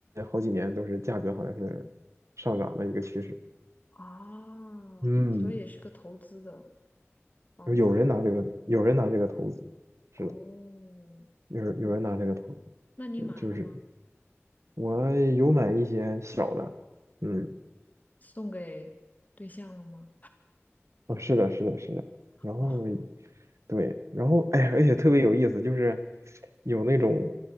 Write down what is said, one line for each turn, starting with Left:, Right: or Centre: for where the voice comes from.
Right: 好几年都是价格好像是上涨的一个趋势。
Left: 哦，
Right: 嗯，
Left: 所以也是个投资的方法。
Right: 有人拿这个，有人拿这个投资，是的，
Left: 哦，
Right: 有人有人拿这个投资，
Left: 那你买了吗？
Right: 就就是我有买一些小的，嗯。
Left: 送给对象了吗？
Right: 啊，是的，是的，是的。然后，
Left: 哦，
Right: 对，然后哎呀，而且特别有意思，就是有那种